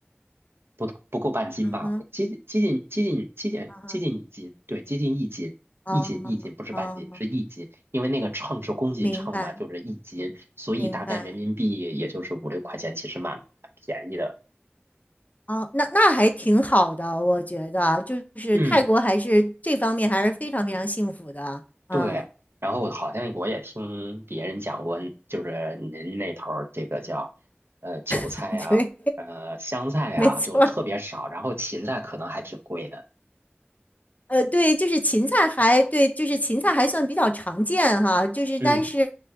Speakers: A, on the right; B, on the left.
A: 不不够半斤吧，
B: 嗯哼，
A: 接近接近接近接近接近一斤，
B: 啊，
A: 对，接近一斤，
B: 哦，
A: 一斤一斤不是半斤，
B: 哦，
A: 是一斤，因为那个秤是公斤秤嘛，
B: 明白，
A: 就是一斤，所以大概人民币也就是五六块钱，
B: 明白，
A: 其实蛮蛮便宜的。
B: 哦，那那还挺好的，我觉得，就是泰国还是这方面还是非常非常幸福的，
A: 嗯，
B: 嗯，
A: 对。然后好像我也听别人讲过，就是您那头儿这个叫呃韭菜呀、
B: <laughs> 对，
A: 呃香菜呀、
B: 没错，
A: 就特别少，然后芹菜可能还挺贵的。
B: 呃，对，就是芹菜还对，就是芹菜还算比较常见哈，就是但是
A: 嗯，